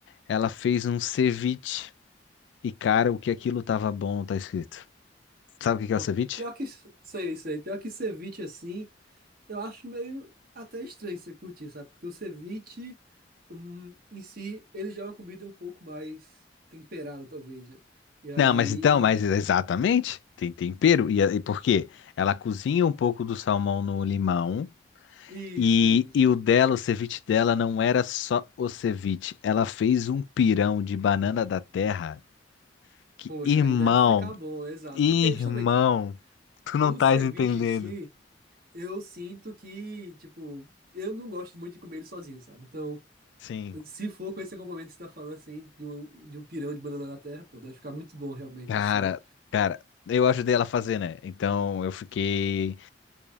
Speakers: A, on the left; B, on the right.
A: ela fez um ceviche. E, cara, o que aquilo tava bom, tá escrito. Sabe o que que
B: Pô,
A: é o ceviche?
B: Pior que sei, sei. Pior que ceviche assim, eu acho meio até estranho você curtir, sabe? Porque o ceviche hum, em si, ele já é uma comida um pouco mais temperada, talvez, né? E aí.
A: Não, mas então, mas exatamente, tem tempero. E, e por quê? Ela cozinha um pouco do salmão no limão.
B: Isso,
A: E,
B: isso.
A: e o dela, o ceviche dela, não era só o ceviche. Ela fez um pirão de banana da terra. Que,
B: Poxa,
A: irmão,
B: aí deve ficar bom, exato.
A: irmão,
B: Porque justamente
A: tu não
B: o
A: estás
B: ceviche
A: entendendo.
B: em si. eu sinto que, tipo, eu não gosto muito de comer ele sozinho, sabe? Então,
A: Sim.
B: se for com esse acompanhamento que você tá falando, assim, de um, de um pirão de banana da terra, pô, deve ficar muito bom, realmente,
A: Cara,
B: assim.
A: cara, eu ajudei ela a fazer, né? Então eu fiquei.